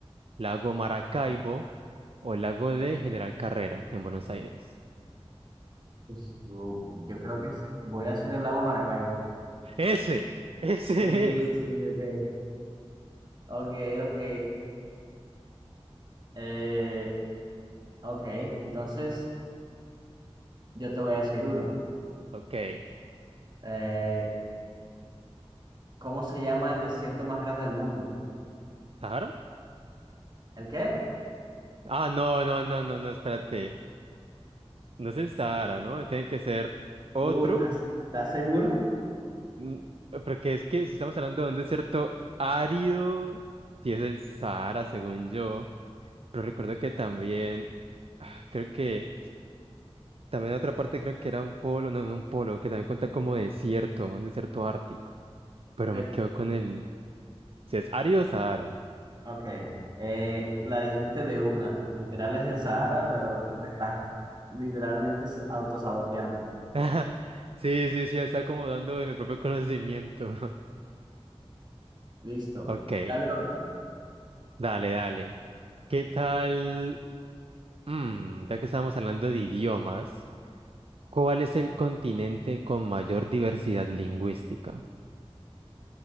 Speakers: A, on the right; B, on the right.
A: Lago Maracaibo o Lago de General Carrera en Buenos Aires.
B: Pues, yo, yo creo que es- voy a decir el lago Maracaibo.
A: Ese, ese
B: Sí,
A: es.
B: sí, ok. Ok, ok. Eh, ok, entonces yo te voy a decir uno.
A: Ok,
B: Eh, ¿cómo se llama el desierto más grande del mundo?
A: ¿Sahara?
B: ¿El qué?
A: Ah, no, no, no, no, no, espérate. No es el Sahara, ¿no? Tiene que ser otro.
B: Uh, ¿estás, estás seguro?
A: mm, Porque es que si estamos hablando de un desierto árido, si es el Sahara, según yo. Pero recuerdo que también, ah, creo que, también otra parte creo que era un polo, no, no un polo, que también cuenta como desierto, un desierto ártico. Pero
B: Te-
A: me quedo con el Si es Ari o Sahara.
B: ok. Eh, la dijiste de una. Literal es el Sahara, pero te estás literalmente s- autosaboteando.
A: <laughs> Sí, sí, sí, está como dando de mi propio conocimiento. <laughs>
B: Listo.
A: Ok,
B: Dale otra.
A: dale, dale. ¿Qué tal? Mm, ya que estamos hablando de idiomas, ¿cuál es el continente con mayor diversidad lingüística?